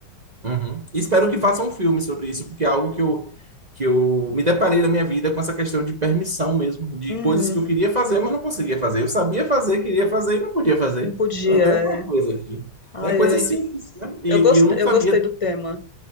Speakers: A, on the right (about 35°); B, on the left (about 20°).
A: Uhum. E espero
B: Uhum.
A: que façam um filme sobre isso, porque é algo que eu, que eu me deparei na minha vida com essa questão de permissão mesmo, de
B: Uhum.
A: coisas que eu queria fazer, mas não conseguia fazer. Eu sabia fazer, queria fazer e não podia fazer.
B: Não podia.
A: Não,
B: é.
A: tem alguma coisa aqui.
B: Ai,
A: Né? Coisa simples,
B: eu,
A: né? E,
B: eu, gost,
A: e eu não
B: eu
A: sabia
B: gostei do tema.